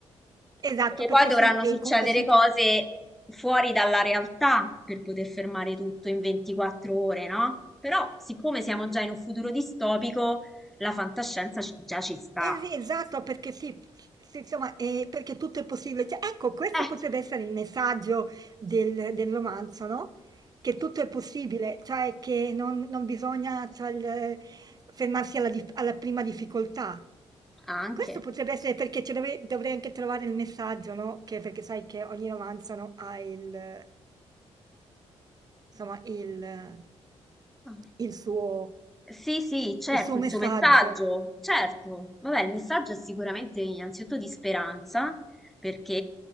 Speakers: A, on the right (about 35°); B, in the centre.
A: Esatto,
B: perché
A: perché
B: poi dovranno
A: sì, e
B: succedere
A: comunque sì,
B: cose fuori dalla realtà per poter fermare tutto in 24 ore, no? Però, siccome siamo già in un futuro distopico, la fantascienza ci- già ci sta.
A: Eh sì, esatto, perché sì, sì, insomma, eh, perché tutto è possibile. Cioè, ecco, questo
B: Eh,
A: potrebbe essere il messaggio del, del romanzo, no? Che tutto è possibile, cioè che non, non bisogna cioè, il- fermarsi alla, dif- alla prima difficoltà.
B: anche.
A: Questo potrebbe essere perché ci dove- dovrei anche trovare il messaggio, no? Che, perché sai che ogni romanzo, no, ha il, eh, insomma, il,
B: Ah.
A: il suo,
B: Sì, sì, certo,
A: il suo
B: il
A: messaggio.
B: suo messaggio, certo. Vabbè, il messaggio è sicuramente innanzitutto di speranza, perché